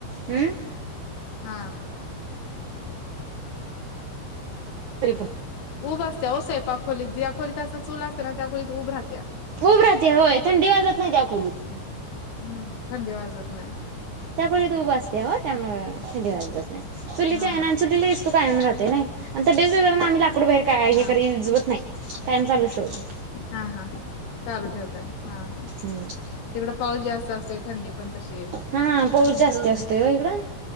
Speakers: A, on the right (about 90°); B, on the left (about 70°).
A: हम्म्.
B: हा
A: तरीफ.
B: उभ असते ओ स्वयंपाक खोलीत ज्या खोलीत असं चूल असतें ना त्या खोलीत उब राहते.
A: ऊब राहते होय थंडी वाजत नाही त्या खोलीत.
B: हम्म थंडी वाजत नाही
A: तू खोलीत उभ असते हो त्यामुळे थंडी वाजत नाही चुलीच्या
B: हा
A: चुला इस्तू. कायम राहते नाही अन तब्येत बिब्बेत आम्ही लाकड बाहेर कारीुजवत
B: हा
A: नाही कायम चालूच ठेवत.
B: हा हा, चालू ठेवत आहे हा हा,
A: हम्म
B: तिकड पाऊस जास्त असते थंडी पण तशी हाय.
A: हा पाऊस जास्ती असतोय हो इकडं